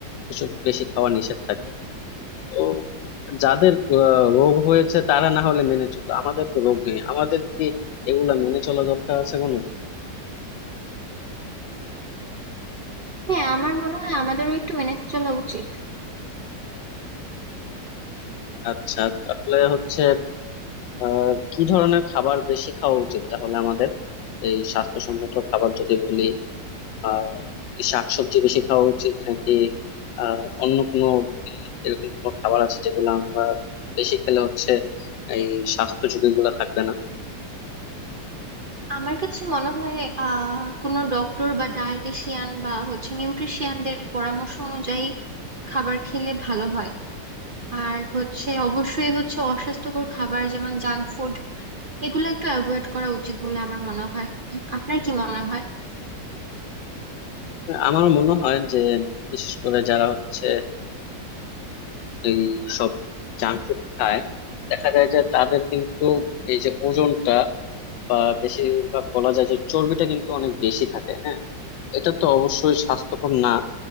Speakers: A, on the left; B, on the right.
A: এসব বেশি খাওয়া নিষেধ থাকে তো যাদের আহ, রোগ হয়েছে তারা না হলে মেনে চলতো আমাদের তো রোগ নেই আমাদের কি এগুলা মেনে চলা দরকার আছে কোনো
B: হ্যাঁ আমার মনে হয় আমাদেরও একটু মেনে চলা উচিত
A: আচ্ছা তাহলে হচ্ছে আহ কি ধরনের খাবার বেশি খাওয়া উচিত তাহলে আমাদের এই স্বাস্থ্যসম্মত খাবার যদি বলি আহ কি শাকসবজি বেশি খাওয়া উচিত নাকি আহ অন্য কোনো এরকম কোনো খাবার আছে যেগুলো আমরা বেশি খেলে হচ্ছে এই স্বাস্থ্য ঝুঁকি গুলা থাকবে না
B: আমার কাছে মনে হয় আহ কোনো ডক্টর বা ডায়েটিশিয়ান বা হচ্ছে নিউট্রিশিয়ানদের পরামর্শ অনুযায়ী খাবার খেলে ভালো হয় আর হচ্ছে অবশ্যই হচ্ছে অস্বাস্থ্যকর খাবার যেমন জাঙ্ক ফুড এগুলো একটু অ্যাভয়েড করা উচিত বলে আমার মনে হয় আপনার কি মনে হয়
A: আমার মনে হয় যে বিশেষ করে যারা হচ্ছে এই সব জাঙ্ক ফুড খায় দেখা যায় যে তাদের কিন্তু এই যে ওজনটা বা বেশিরভাগ বলা যায় যে চর্বিটা কিন্তু অনেক বেশি থাকে হ্যাঁ এটা তো অবশ্যই স্বাস্থ্যকর না